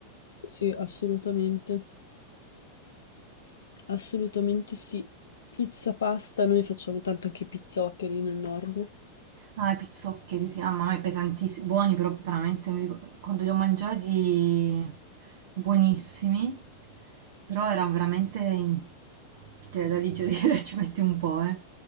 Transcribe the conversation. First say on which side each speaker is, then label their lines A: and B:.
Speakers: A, on the left; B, on the right.
A: Sì, assolutamente. Assolutamente sì. Pizza, pasta, noi facciamo tanto anche i pizzoccheri nel nord.
B: Ah, i pizzoccheri, sì, ah, mamma mia, pesantissimi, buoni però veramente, mi ricor- quando li ho mangiati buonissimi, però erano veramente in- cioè, da digerire, <laughs> ci metti un po', eh.